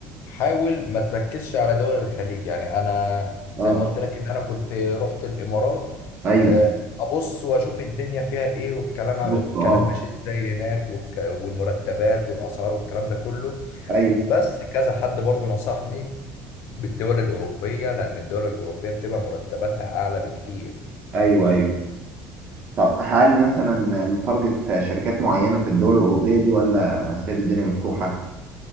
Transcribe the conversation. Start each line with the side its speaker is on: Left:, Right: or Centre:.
Left: حاول ما تركزش على دول الخليج يعني انا
Right: اه
Left: زي ما قلت لك ان انا كنت رحت الامارات
Right: ايوه
Left: آه، ابص واشوف الدنيا فيها ايه والكلام
Right: بص
Left: الكلام
Right: اه
Left: ماشي ازاي هناك والك- والمرتبات والاسعار والكلام ده كله
Right: ايوه
Left: بس كذا حد برضو نصحني بالدول الأوروبية لأن الدول الأوروبية بتبقى مرتباتها أعلى بكتير
Right: ايوه ايوه طب هل مثلا متارجت شركات معينة في الدول الأوروبية دي ولا سايب الدنيا مفتوحة؟